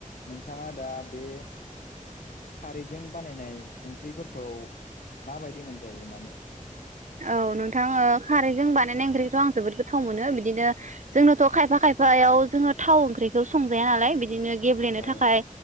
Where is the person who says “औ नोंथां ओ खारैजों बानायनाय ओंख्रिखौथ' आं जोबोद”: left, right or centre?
Right